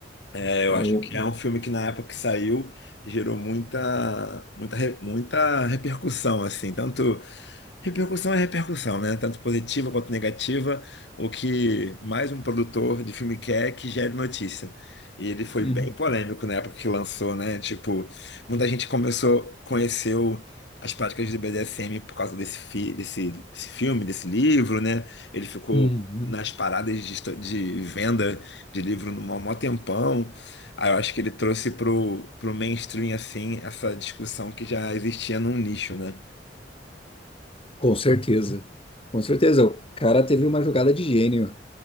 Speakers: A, on the left (about 70°); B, on the left (about 30°).
A: É, eu
B: Ao-
A: acho que é um filme que na época que saiu gerou muita, muita, re- muita repercussão, assim, tanto Repercussão é repercussão, né? Tanto positiva quanto negativa. O que mais um produtor de filme quer é que gere notícia. E ele foi
B: Uhum.
A: bem polêmico na época que lançou, né? Tipo, muita gente começou, conheceu as práticas do BDSM por causa desse, fi- desse, desse filme, desse livro, né? Ele ficou
B: Uhum.
A: nas paradas de, esto- de venda de livro no maior maior tempão. Aí eu acho que ele trouxe pro, pro mainstream, assim, essa discussão que já existia num nicho, né?
B: Com certeza. Com certeza. O cara teve uma jogada de gênio.